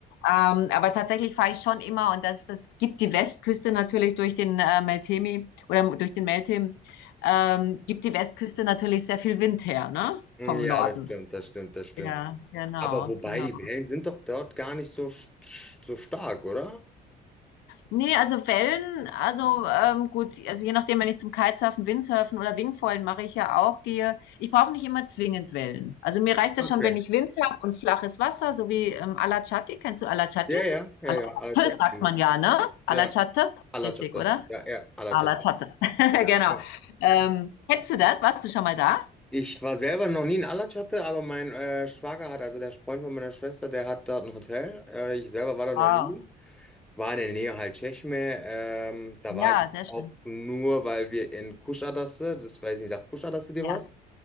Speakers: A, on the left; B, in the centre.
A: Ähm, aber tatsächlich fahre ich schon immer und das, das gibt die Westküste natürlich durch den äh, Meltemi oder durch den Meltem, ähm, gibt die Westküste natürlich sehr viel Wind her, ne?
B: Ja,
A: Vom Norden.
B: das stimmt, das stimmt, das stimmt.
A: Ja, genau,
B: Aber wobei,
A: genau.
B: die Wellen sind doch dort gar nicht so, st- so stark, oder?
A: Nee, also Wellen, also ähm, gut, also je nachdem, wenn ich zum Kitesurfen, Windsurfen oder Wingfoilen mache ich ja auch, gehe. Ich brauche nicht immer zwingend Wellen. Also mir reicht das
B: Okay.
A: schon, wenn ich Wind habe und flaches Wasser, so wie ähm, Alachati. Kennst du Alachati?
B: Ja, ja, ja,
A: Alachate
B: ja, Alacate.
A: sagt man ja, ne? Alachate,
B: Ja, Alacate.
A: ist richtig, oder?
B: Ja, ja, Alacate.
A: Alachate, <laughs>
B: Ja,
A: genau.
B: ja.
A: Ähm, kennst du das? Warst du schon mal da?
B: Ich war selber noch nie in Alacate, aber mein äh, Schwager hat, also der Freund von meiner Schwester, der hat dort ein Hotel. Äh, ich selber war da noch
A: Wow.
B: nie. War in der Nähe halt Tschechme. Ähm, da
A: Ja,
B: war ich
A: sehr
B: auch
A: schön.
B: nur, weil wir in Kuschadasse, das weiß ich nicht, sagt Kuschadasse dir
A: Ja,
B: was?